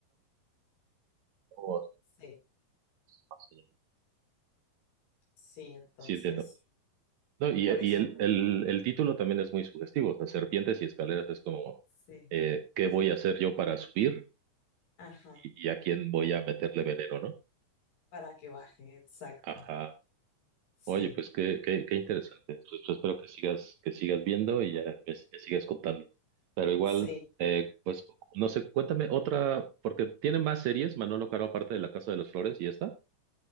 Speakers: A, on the right (about 70°); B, on the left (about 75°).
A: o
B: Sí,
A: fácil.
B: sí, entonces,
A: Sí, entiendo. No, y,
B: por eso
A: y el,
B: me...
A: el, el título también es muy sugestivo. O sea, serpientes y escaleras es como,
B: Sí,
A: eh, ¿qué
B: pues,
A: voy a hacer yo para subir
B: ajá,
A: y, y a quién voy a meterle veneno, ¿no?
B: para que baje, exacto.
A: Ajá.
B: Sí,
A: Oye, pues qué, qué, qué interesante. Pues, pues, espero que sigas, que sigas viendo y ya me, me sigas contando. Pero igual,
B: sí.
A: eh, pues no sé, cuéntame otra, porque tiene más series, Manolo Caro, aparte de La Casa de las Flores y esta.